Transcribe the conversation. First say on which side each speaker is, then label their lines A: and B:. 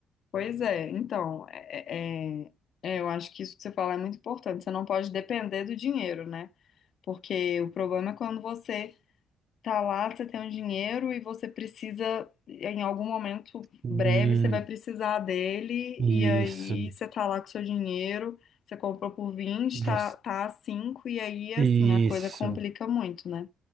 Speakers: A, on the left; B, on the right.
A: Pois é, então, é, é- é, é, eu acho que isso que você fala é muito importante. Você não pode depender do dinheiro, né? Porque o problema é quando você tá lá, você tem um dinheiro e você precisa, em algum momento
B: Hum,
A: breve, você vai precisar dele,
B: isso.
A: e aí você tá lá com seu dinheiro, você comprou por 20
B: Você-
A: tá, tá a 5 e aí, assim,
B: isso.
A: a coisa complica muito, né?